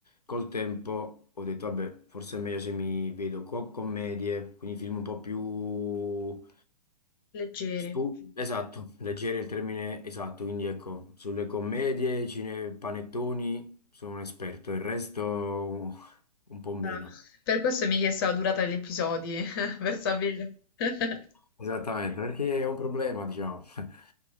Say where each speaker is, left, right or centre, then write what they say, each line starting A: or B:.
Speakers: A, on the left; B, on the left.
A: col tempo ho detto, vabbè, forse è meglio se mi vedo co- commedie, quindi film un po' più...
B: Leggeri.
A: stu- esatto, leggeri è il termine esatto, quindi ecco, sulle commedie, cine, panettoni sono un esperto, il resto un po' meno.
B: Ah, per questo mi hai chiesto la durata degli episodi, <laughs> per sapere. <laughs>
A: Esattamente, perché è un problema, diciamo. <laughs>